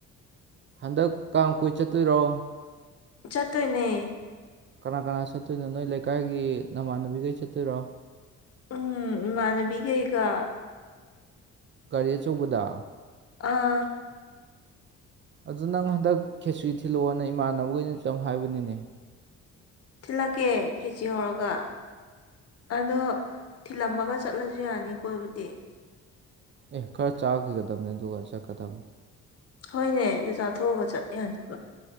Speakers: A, on the right; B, on the left.
A: ꯍꯟꯗꯛ ꯀꯥꯡ ꯀꯣꯏ ꯆꯠꯇꯣꯏꯔꯣ
B: ꯆꯠꯇꯣꯏꯅꯦ
A: ꯀꯅꯥ ꯀꯅꯥ ꯆꯠꯇꯣꯏꯅꯣ ꯅꯣꯏ ꯂꯩꯀꯥꯏꯒꯤ ꯅꯃꯥꯟꯅꯕꯤꯒꯩ ꯆꯠꯇꯣꯏꯔꯣ
B: ꯎꯝ ꯏꯃꯥꯟꯅꯕꯤ ꯒꯩꯒ
A: ꯒꯥꯔꯤ ꯑꯆꯧꯕꯗ
B: ꯑꯥ
A: ꯑꯗꯨ ꯅꯪ ꯍꯟꯗꯛ ꯈꯦꯆ꯭ꯔꯤ ꯊꯤꯜꯂꯛꯑꯣꯅꯦ ꯏꯃꯥꯟꯅꯕꯒꯩꯅꯁꯨ ꯌꯥꯝ ꯍꯥꯏꯕꯅꯤꯅꯦ
B: ꯊꯤꯜꯂꯛꯀꯦ ꯈꯦꯆ꯭ꯔꯤ ꯍꯧꯔꯒ ꯑꯗꯣ ꯊꯤꯜꯂꯝꯃꯒ ꯆꯠꯂꯁꯨ ꯌꯥꯅꯤ ꯀꯣꯏꯕꯨꯗꯤ
A: ꯑꯦ ꯈꯔ ꯆꯥꯈꯤꯒꯗꯕꯅꯤ ꯑꯗꯨꯒ ꯆꯠꯀꯗꯕꯅꯤ
B: ꯍꯣꯏꯅꯦ ꯑꯗꯨ ꯆꯥꯊꯣꯛꯑꯒ ꯆꯠ ꯌꯥꯅꯤꯕ